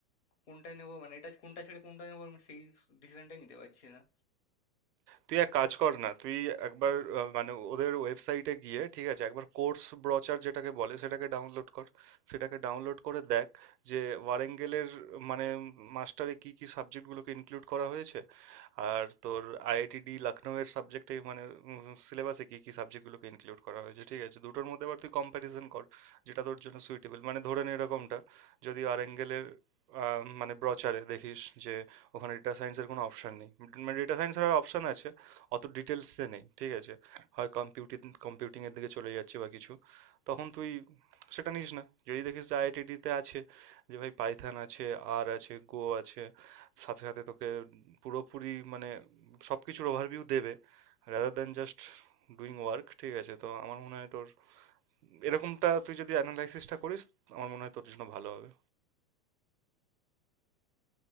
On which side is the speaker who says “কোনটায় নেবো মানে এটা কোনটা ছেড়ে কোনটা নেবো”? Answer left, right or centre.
Left